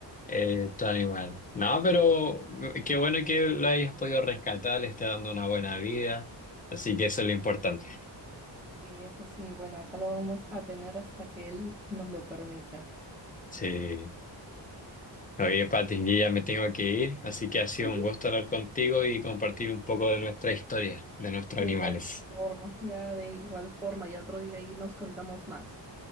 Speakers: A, on the left (about 20°); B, in the centre.
A: eh, tu animal. No, pero eh, qué bueno que lo hayas podido rescatar, le está dando una buena vida. Así que eso es lo importante.
B: Sí, eso sí. Bueno, acá lo vamos a tener hasta que él nos lo permita.
A: Sí. Oye, Pati, yo ya me tengo que ir, así que ha sido
B: Ujú.
A: un gusto hablar contigo y compartir un poco de nuestra historia, de nuestros
B: De
A: animales.
B: igual forma, ya de igual forma, ya otro día ahí nos contamos más.